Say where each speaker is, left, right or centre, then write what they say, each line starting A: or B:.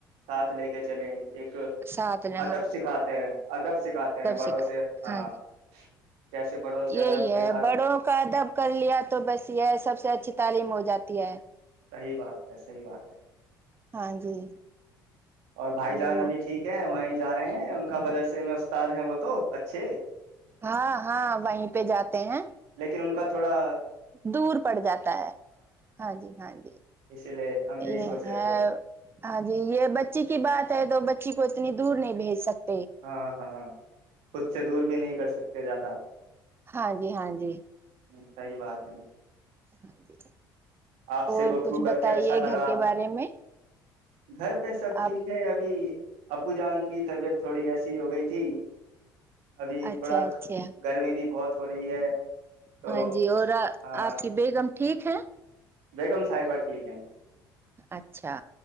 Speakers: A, on the right; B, on the right.
A: ساتھ لے کے چلیں ایک
B: ساتات ل
A: ادب سکھاتے ہیں ادب سکھاتے ہیں بڑوں
B: سکھا
A: سے ہاں
B: جی
A: کیسے بڑوں سے
B: یہی
A: ادب
B: ہے
A: کے ساتھ
B: بڑوں کا دب کر لیا تو بس یہ ہے سب سے اچھی تعلیم ہو جاتی ہے
A: صحی بات ہے صحی بات ہے
B: ہاں جی
A: اور بھائی
B: چلو
A: جان ابھی ٹھیک ہے وہیں جا رہے ہیں ان کا بدرس میں استاد ہیں وہ تو اچھے
B: ہاں ہاں وہیں پہ جاتے ہیں
A: لیکن ان کا تھوڑا
B: دور پڑ جاتا ہے ہاں جی ہاں جی
A: اسی لیے ہم یہی
B: یہ
A: سوچ رہے
B: ہے
A: تھے
B: ہاں جی یہ بچی کی کی بات ہے تو بچی کو اتنی دور نہیں بھیج سکتے
A: ہاں ہاں خود سے دور بھی نہیں کر سکتے سے زیادہ
B: ہاں جی ہاں جی
A: ہ صحی بات ہے
B: ہاں جی
A: آپ سے
B: اور
A: گفتگو
B: کچھ
A: کر
B: بتائیے
A: کے اچھا لگا
B: گھر کے بارے میں
A: گھر پہ سب ٹھیک
B: آپ
A: ہے ابھی ابو جان کی طبیعت تھوڑی ایسی ہو گئی تھی ابھی
B: اچھا
A: تھوڑا
B: اچھا
A: گرمی بھی بہت ہو رہی ہے تو
B: ہاں جی اور
A: ہاں
B: آپ کی بے کم ٹھیک ہے
A: بیگم صاحبہ ٹھیک ہے
B: اچھا